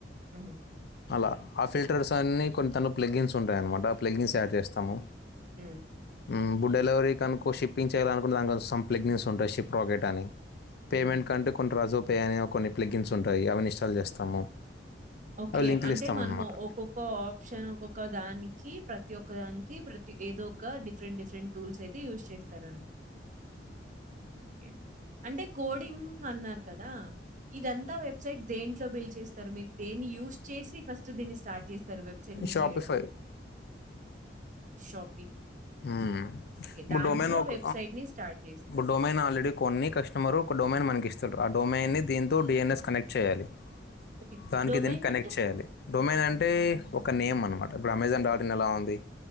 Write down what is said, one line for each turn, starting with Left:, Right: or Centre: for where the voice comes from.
Right: ఉహు
Left: అలా ఆ ఫిల్టర్స్ అన్ని కొంత ప్లగ్గిన్స్ ఉంటాయి అనమాట ప్లగ్గిన్స్ తయడ్ చేస్త స్తాము.
Right: హ్మ్.
Left: ఉమ్ ఇప్పుడు డెలివరీ అనుకో షిప్పింగ్ చేయాలనుకుంట దాన్ కోసం. ప్లగ్గిన్స్ ఉంటాయి షిప్ రకెట్ అని, పేమెంట్
Right: హుహు.
Left: కంటే కొన్ని రజు పే అనే కొన్ని ప్లగ్గిమ్స్ ఉంటాయి. అవన్నీ ఇస్టల్ చేస్తాము.
Right: ఓకే
Left: అవి లింకులు
Right: అంటే
Left: ఇస్తాం
Right: మనము
Left: అన్నమాట
Right: ఒక్కొక్క ఆప్షన్ ఒక్కొక్క దానికి, ప్రతి ఒక్క దానికి ప్రతి ఏదో ఒక డిఫరెంట్ డిఫరెంట్ టూల్స్ అయితే యూజ్ చేస్తా తరు. ఓకే అంటే కోడింగ్ అన్నారు. కదా ఇదంతా వె సైట్ దేంట్లో బిల్ చేస్తారు మీరు దేన్ని యూజ్ చేసి ఫస్ట్ దీన్ని స్టార్ట్ చేసి ర్ వెబ్సైట్ ని
Left: షాపిఫై
Right: చేయడం. షబ్
Left: ఉమ్ ఇప్పుడు
Right: దాంట్లో
Left: డోమైన్ ఆ ఒక
Right: వెబ్‌సైట్‌ని స్టార్ట్ జేస్తారు.
Left: ఇప్పుడు డొమైన్ ఆల్రెడీ కొన్ని కస్టమర్ ఒక డొమైన్ మనకి ఇస్తాడు. ఆ డొమైన్ని దీంతో డిఎన్ఎస్ కనెక్ట్ చేయాలి.
Right: ఓకే.
Left: దానికి
Right: డొమైన్
Left: దీన్ని కనెక్ట్
Right: అంటే
Left: చేయాలి. డొమైన్ అంటే ఒక నేమ్ అనమాట. ఇప్పుడు అమెజాన్ డాట్ని ఎలా ఉంది.